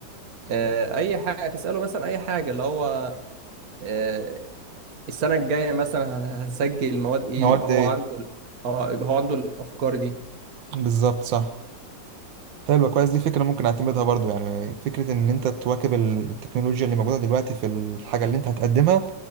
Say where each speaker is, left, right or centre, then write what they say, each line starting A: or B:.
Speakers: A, on the right; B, on the right.
A: آه اي حاجه تساله مثلا اي حاجه اللي هو آه، السنة الجاية مثلا هن- هنسجل مواد ايه
B: مواد
A: يبقى هو
B: إيه
A: عنده ال- اه يبقى هو عنده الافكار دي
B: بالظبط صح حلوة كويس دي فكرة ممكن اعتمدها برضو يعني فكرة ان انت تواكب ال- التكنولوجيا اللي موجودة دلوقتي في الحاجة اللي انت هتقدمها